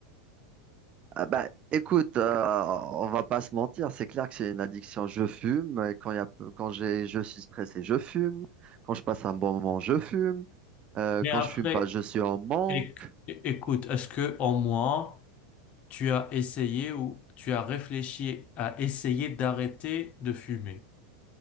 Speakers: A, on the right; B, on the left.
A: Ah bah, écoute, euh, on va pas se mentir, c'est clair que c'est une addiction. Je fume, et quand il y a, quand j'ai, je suis stressé, je fume. Quand je passe un bon moment, je fume. Euh,
B: Mais
A: quand
B: après,
A: je fume pas, je suis en manque.
B: éc- écoute, est-ce que en moi, tu as essayé ou tu as réfléchi à essayer d'arrêter de fumer?